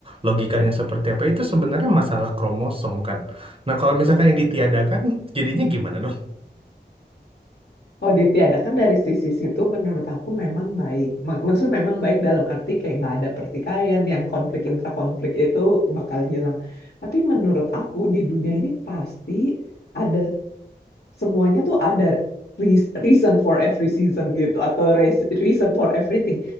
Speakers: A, on the right; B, on the left.
A: logikanya seperti apa, itu sebenarnya masalah kromosom kan. Nah kalau misalkan yang ditiadakan, jadinya gimana dong?
B: Kalau ditiadakan dari sisi situ menurut aku memang baik. Mak- Maksud memang baik dalam arti kayak nggak ada pertikaian yang konflik intrakonflik itu bakal hilang. Tapi menurut aku di dunia ini pasti ada semuanya tuh ada reas- reason for every season gitu atau reas- reason for everything.